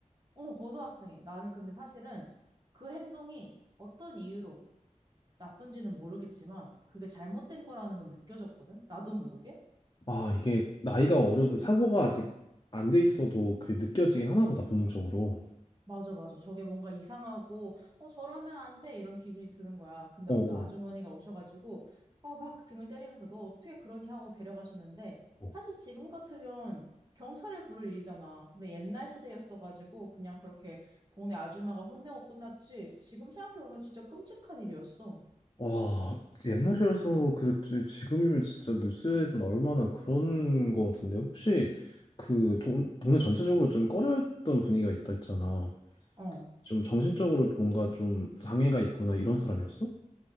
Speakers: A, on the right; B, on the left.
A: 어, 고등학생이. 나는 근데 사실은 그 행동이 어떤 이유로 나쁜지는 모르겠지만 그게 잘못된 거라는 건 느껴졌거든? 나도 모르게?
B: 아, 이게 나이가 어려도 사고가 아직 안 돼 있어도 그 느껴지긴 하나 보다, 본능적으로.
A: 맞아, 맞아. 저게 뭔가 이상하고, 어, 저러면 안 돼. 이런 기분이 드는 거야. 근데
B: 어,
A: 어떤 아주머니가 오셔가지고, 어, 막 등을 때리면서 너 어떻게 그러니 하고 데려가셨는데,
B: 어.
A: 사실 지금 같으면 경찰을 부를 일이잖아. 근데 옛날 시대였어가지고 그냥 그렇게 동네 아줌마가 혼내고 끝났지. 지금 생각해보면 진짜 끔찍한 일이었어.
B: 와, 옛날이라서 그랬지. 지금이면 진짜 뉴스에도 나올 만한 그런 거 같은데. 혹시 그 동, 동네 전체적으로 좀 꺼려했던 분위기가 있다 했잖아.
A: 어.
B: 좀 정신적으로 뭔가 좀 장애가 있거나 이런 사람이었어?